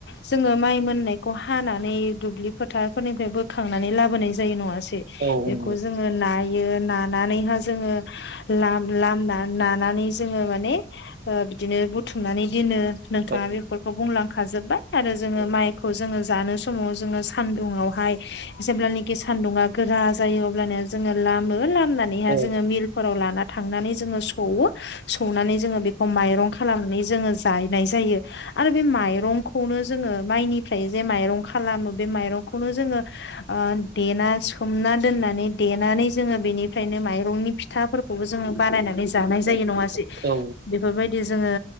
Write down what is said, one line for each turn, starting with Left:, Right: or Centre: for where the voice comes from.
Left: जोङो माइ मोननाय खौ हानानै दुब्लि फोथारफोरनिफ्राय बोखांनानै लाबोनाय जायो नङा सै।
Right: औ
Left: बेखौ
Right: नंगौ
Left: जोङो नाय यो नानानै हा जोङो लाम लामना नानानै जोङो माने ओ बिदिनो बुथुमनानै दिनो नोंथाङा
Right: औ
Left: बेफोरखौ बुंलांखाजोबबाय आरो जोङो
Right: औ
Left: माइ जोङो जानो समाव जोङो सानदुंआवहाय जेब्लानिकि सानदुुंआ गोरा जायो अब्लानिया जों लामो लामनानैहाय
Right: औ
Left: जोङो मिलफोराव लाना थांनानै जोङो सौवो सौनानै जोङो बेखौ माइरं खालामनानै जोङो जायनाय जायो आरो बे माइरंखौनो जोङो ओ माइनि फ्राय जे माइरं खालामो बे माइरंखौनो जोङो ओ देना सोमना दोननानै दे नानै जोङो बेनिफ्रायनो माइरंनि फिथाफोरखौबो जोङो बानायना नै जानाय
Right: औ
Left: जायो नङा सै
Right: औ
Left: बेफोरबायदि जोङो